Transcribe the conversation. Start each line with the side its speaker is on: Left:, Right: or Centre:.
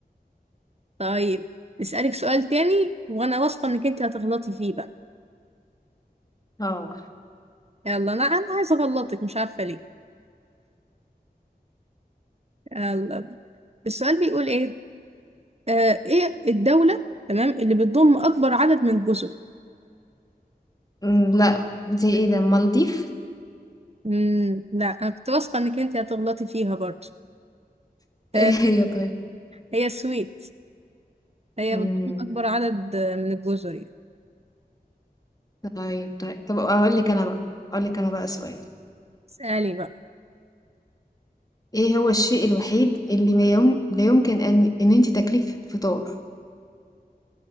Right: طيب أسألك سؤال تاني وأنا واثقة إنك انتي هتغلطي فيه بقى
Left: اه
Right: يلا أنا أنا عايزة أغلطك مش عارفة ليه يلا السؤال بيقول ايه آه، ايه الدولة تمام اللي بتضم اكبر عدد من الجزر
Left: أمم، لا دي ايه ده المالديف
Right: مم، لا انا كنت واثقة انك انت هتغلطي فيها برضو
Left: <laughs>
Right: آه،
Left: ايه هي طيب
Right: هي السويد هي
Left: امم
Right: بتضم اكبر عدد آه، من الجزر يعني
Left: طيب طيب طب اقول لك انا بقى اقول لك انا بقى سؤال
Right: اسألي بقى
Left: ايه هو الشيء الوحيد اللي ما يوم... لا يمكن ان ان انت تاكليه في الفطار